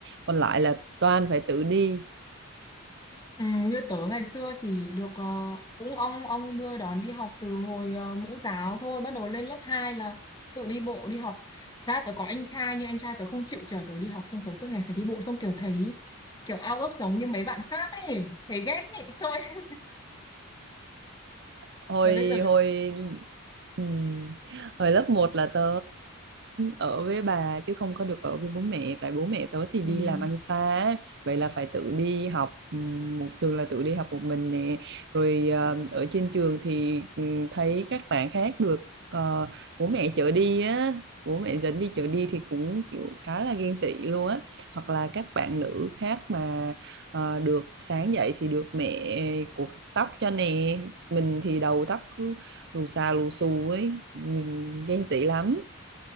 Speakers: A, on the right (about 55°); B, on the left (about 20°).
A: còn lại là toàn phải tự đi
B: Ừ, như tớ ngày xưa chỉ được ờ, cũng ông ông đưa đón đi học từ hồi ờ, mẫu giáo thôi bắt đầu lên lớp 2 là tự đi bộ đi học ra tớ có anh trai nhưng anh trai tớ không chịu chở tớ đi học xong tớ suốt ngày phải đi bộ xong kiểu thấy kiểu ao ước giống như mấy bạn khác ấy thấy ghét ấy thôi rồi. <laughs>
A: hồi
B: rồi bây giờ
A: hồi ừm, hồi lớp một là tớ ở với bà chứ không có được ở với bố mẹ tại bố mẹ tớ thì đi
B: ừ,
A: làm ăn xa á. vậy là phải tự đi học ừm, một thường là tự đi học một mình nè rồi ờ, ở trên trường thì ừm, thấy các bạn khác được ờ, bố mẹ chở đi á bố mẹ dẫn đi chở đi thì cũng kiểu khá là ghen tị luôn á hoặc là các bạn nữ khác mà ờ, được sáng dậy thì được mẹ cột tóc cho nè mình thì đầu tóc cứ lù xà lù xù ấy nhìn ghen tị lắm